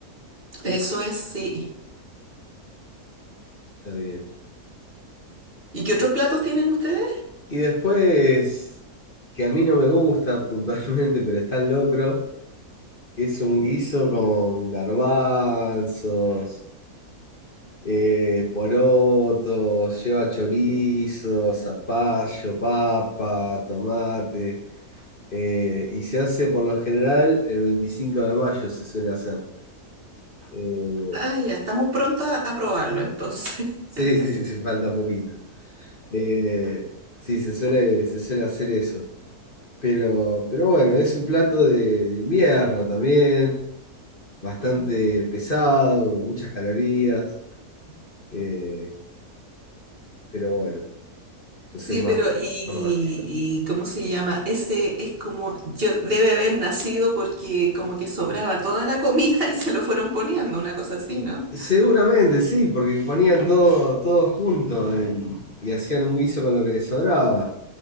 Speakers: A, on the right; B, on the left.
A: eso es, sí.
B: Está bien.
A: ¿Y qué otros
B: Bueno,
A: platos tienen ustedes?
B: y después, que a mí no me gusta <laughs> puntualmente, pero está el locro, que es un guiso con garbanzos, eh, porotos, lleva chorizo, zapallo, papa, tomate. eh, y se hace por lo general el 25 de mayo, se suele hacer. Eh,
A: Ah, ya, estamos prontos a, a probarlo entonces.
B: Sí,
A: <laughs>
B: sí, sí, <laughs> sí, falta poquito. Eh, sí, se suele, se suele hacer eso. Pero, pero bueno, es un plato de, de invierno también, bastante
A: Mm.
B: pesado, con muchas calorías. eh, pero bueno, yo
A: Sí,
B: soy más,
A: pero y,
B: más básico.
A: y ¿cómo se llama? Ese es como, yo debe haber nacido porque como que sobraba toda la comida <laughs> y se lo fueron poniendo, una cosa así, ¿no?
B: Seguramente sí, porque ponían todo, todo junto en- y hacían un guiso con lo que les sobraba.